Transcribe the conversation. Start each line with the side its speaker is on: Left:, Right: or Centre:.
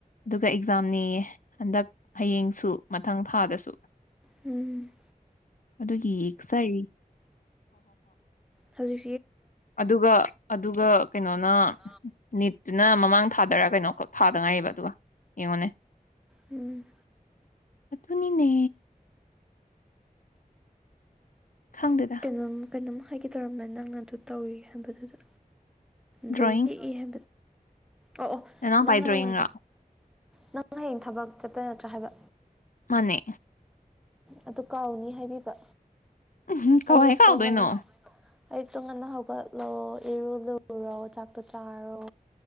Left: ꯈ ꯑꯦꯛꯖꯥꯝ ꯅꯌꯦ ꯍꯟꯗꯛ ꯍꯌꯦꯡꯁꯨ ꯃꯊꯪ ꯊꯥꯗꯁꯨ
Centre: ꯎꯝ
Left: ꯑꯗꯨꯗ ꯌꯦꯒ ꯁꯔꯤ
Centre: ꯍꯧꯖꯤ
Left: ꯑꯗꯨꯒ ꯑꯗꯨꯒ ꯀꯩꯅꯣꯅ
Centre: ꯎꯝ
Left: ꯅꯤꯠꯇꯨ ꯅꯪ ꯃꯃꯥꯡ ꯊꯥꯗꯔ ꯀꯩꯅꯣ ꯈꯛ ꯊꯥꯗꯅꯥꯏꯕ ꯑꯗꯨꯒ ꯌꯦꯡꯉꯣꯅꯦ
Centre: ꯎꯝ
Left: ꯑꯗꯨꯊꯅꯤꯅꯦ ꯈꯪꯗꯦꯗ
Centre: ꯀꯩꯅꯣꯝ ꯀꯩꯅꯣꯝ ꯍꯥꯏꯒ ꯇꯧꯔꯃꯦ ꯅꯪꯅ ꯑꯗꯨ ꯇꯧꯔꯤ ꯍꯥꯏꯕꯗꯨꯗ ꯗ꯭ꯔꯣꯌ
Left: ꯗ꯭ꯔꯣꯌꯤꯡ
Centre: ꯏꯍ ꯑꯣ ꯑꯣ
Left: ꯅꯅꯥꯎꯄꯥꯏ
Centre: ꯅꯪ
Left: ꯗ꯭ꯔꯣꯌꯤꯡꯔꯣ
Centre: ꯍꯌꯦꯡ ꯅꯪ ꯍꯌꯦꯡ ꯊꯕꯛ ꯆꯠꯇ ꯅꯠꯇ꯭ꯔꯥ ꯍꯥꯏꯕ
Left: ꯃꯅꯦ
Centre: ꯑꯗꯨ ꯀꯥꯎꯅꯤ ꯍꯥꯏꯕꯤꯕ
Left: ꯎꯝ ꯀꯋꯥꯏ
Centre: ꯑꯛꯇꯣ
Left: ꯀꯥꯎꯗꯣꯏꯅꯣ
Centre: ꯉꯟ ꯑꯌꯨ ꯇꯣꯉꯟꯅ ꯍꯧꯒꯠꯂꯣ ꯏꯔꯨ ꯂꯨꯔꯣ ꯆꯥꯛꯇꯣ ꯆꯥꯔꯣ